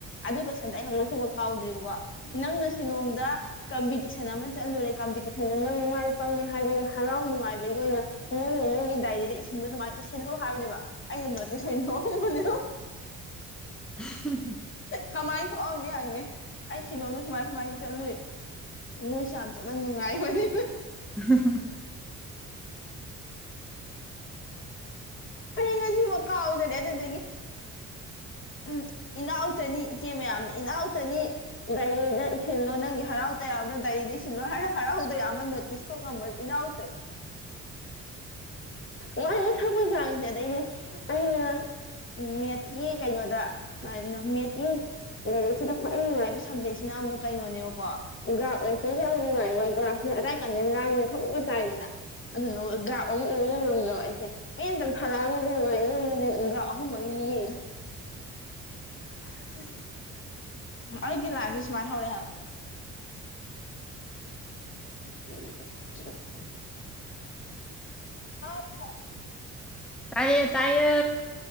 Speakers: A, on the left (about 40°); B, in the centre.
A: ꯑꯗꯨꯏ ꯀꯣꯏꯁꯟꯗ ꯑꯩ ꯍꯧꯪꯛꯁꯤꯕ ꯀꯥꯎꯗ꯭ꯔꯤꯕꯀꯣ ꯅꯪꯅ ꯁꯤꯂꯣꯡꯗ ꯀꯝꯄꯤꯇꯤꯁꯟ ꯑꯃ ꯆꯠꯂꯨꯔꯦ ꯀꯝꯄꯤꯇꯤꯁꯟꯗ ꯅꯪꯉꯥꯏ ꯄꯂ ꯍꯥꯏꯕꯒꯤ ꯍꯔꯥꯎ ꯅꯨꯡꯉꯥꯏꯕꯒꯤ ꯑꯣꯏꯅ ꯅ ꯅꯪꯒꯤ ꯗꯥꯏꯔꯤꯗ ꯏꯁꯤꯟꯕ ꯑꯗꯨꯃꯥꯏꯅ ꯏꯁꯤꯟꯅꯣ ꯍꯥꯏꯕꯅꯦꯕ ꯑꯩꯅ ꯅꯣꯇꯤꯁ ꯑꯣꯏꯅ ꯊꯣꯛꯑꯕꯅꯦ
B: <unintelligible>
A: ꯀꯃꯥꯏꯅ ꯊꯣꯛꯑꯝꯅꯤ ꯍꯥꯏꯪꯅꯤ ꯑꯩ ꯁꯤꯂꯣꯗ ꯁꯨꯃꯥꯏ ꯁꯨꯃꯥꯏꯅ ꯆꯠꯂꯨꯏ ꯅꯣꯏꯁꯨ ꯌꯥꯝ ꯆꯠꯅ ꯅꯨꯡꯉꯥꯏꯕꯅꯤ
B: ꯍ <unintelligible>
A: ꯉꯁꯤ ꯃꯀꯥꯗꯅꯦ ꯑꯗꯨꯗ ꯎꯝ ꯏꯅꯥꯎꯛꯇꯅꯤ ꯏꯆꯦ ꯃꯌꯥꯝꯅ ꯏꯅꯥꯎꯛꯇꯅꯤ ꯗꯥꯏꯔꯤꯗ ꯏꯁꯤꯜꯂꯣ ꯅꯪꯒꯤ ꯍꯔꯥꯎ ꯇꯌꯥꯝꯕꯅ ꯗꯥꯏꯔꯤꯗ ꯏꯁꯤꯜꯂꯣ ꯍꯥꯏ ꯍꯔꯥꯎ ꯇꯌꯥꯝꯕ ꯑꯃ ꯅꯣꯇꯤꯁ ꯊꯣꯛꯉꯝꯕꯅꯤ ꯏꯔꯥꯎ ꯌꯥ <unintelligible> ꯍ ꯃꯖꯥꯁꯦꯗ ꯑ <unintelligible> ꯎ ꯃꯦꯠꯀꯤ ꯀꯩꯅꯣꯗ ꯃꯦꯠꯀꯤ ꯂꯥꯏꯔꯤꯛꯁꯤꯅ ꯈ꯭ꯋꯥꯏ ꯅꯨꯡꯉꯥꯏꯕ ꯁꯕꯖꯦꯛꯁꯤꯅ ꯑꯃꯨꯛ ꯀꯩꯅꯣꯅꯦꯕꯀꯣ ꯒ꯭ꯔꯥꯎ ꯌꯥꯝ ꯅꯨꯡꯉꯥꯏ ꯒ꯭ꯔꯥꯎꯁꯦ ꯑꯗꯥꯏ ꯀꯥꯟꯗ ꯉꯥꯡ ꯊꯣꯛꯄ ꯇꯥꯏꯗꯅ ꯑꯗꯨ ꯒ꯭ꯔꯥꯞ ꯑꯃ ꯑꯣꯅ ꯉꯝꯗ ꯑꯩꯁꯦ ꯑꯇꯪ ꯊꯂꯥꯡꯑꯒꯅꯤ ꯖ ꯑꯍꯨꯝ ꯃꯔꯤꯅꯤ ꯌꯦ ꯎ <unintelligible> ꯑꯩꯒꯤ ꯂꯥꯏꯐꯁꯦ ꯁꯨꯃꯥꯏꯅ ꯍꯧꯔꯛꯑꯕ ꯎ <unintelligible> ꯑꯗ <unintelligible>
B: ꯇꯌꯦ ꯇꯥꯏꯌꯦ